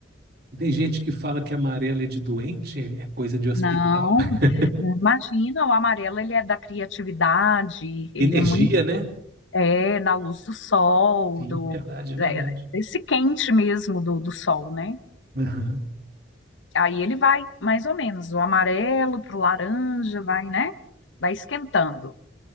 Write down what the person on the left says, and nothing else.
Não,
imagina, o amarelo, ele é da criatividade, ele
é muito,
é, na luz do sol,
do,
é, desse quente mesmo do, do sol, né?
Aí ele vai mais ou menos do amarelo pro laranja, vai, né? Vai esquentando.